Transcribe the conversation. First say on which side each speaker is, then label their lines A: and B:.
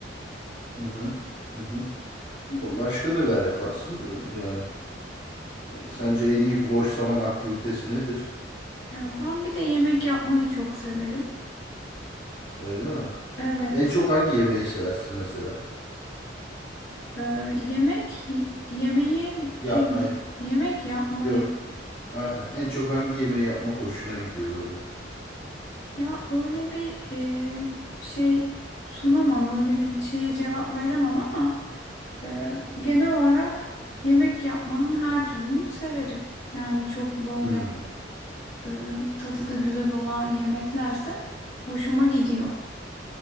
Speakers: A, on the left (about 35°); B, on the left (about 60°).
A: Hı hı. Hı hı.
B: Hı hı.
A: Başka neler yaparsın? Ee, Yani e, sence en iyi boş zaman aktivitesi nedir?
B: Ya ben bir de yemek yapmayı çok severim.
A: Öyle mi?
B: Evet,
A: En çok hangi yemeği seversin mesela?
B: e, yemek yemeği
A: Yapmayı.
B: de yemek yapmayı
A: Yok. Aynen. En çok hangi yemeği yapmak hoşuna gidiyor böyle?
B: Ya öyle bir e, şey sunamam, öyle bir şeye cevap veremem ama e, genel olarak yemek yapmanın her türünü severim. Yani çok böyle
A: Hmm.
B: e, tadı da güzel olan yemeklerse hoşuma gidiyor.